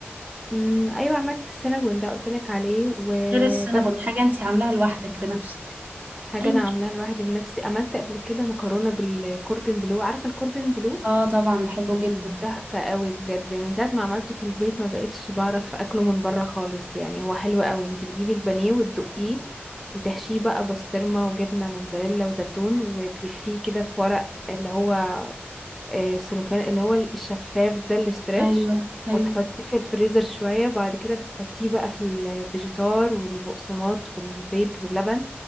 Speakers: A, in the centre; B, on the right (about 40°).
A: امم ايوه عملت السينابون ده قلت لك عليه وبس
B: غير السينابون حاجة انتي عاملاها لوحدك بنفسك
A: حاجه
B: اي
A: انا عاملاها لوحدي بنفسي عملت قبل كده مكرونه بالكوردن بلو عارفه الكوردن بلو
B: اه طبعا بحبه جدا
A: تحفه قوي بجد من ساعه ما عملته في البيت ما بقتش بعرف اكله من بره خالص يعني هو حلو قوي انت بتجيبي البانيه وتدقيه وتحشيه بقى بسطرمه وجبنه موتزاريلا وزيتون وتلفيه كده في ورق اللي هو آه، السلوفان اللي هو الشفاف ده الاسترتش
B: ايوه ايوه
A: وتحطيه في الفريزر شوية بعد كده بتحطيه بقى في الفيجيتار والبقسماط والبيض واللبن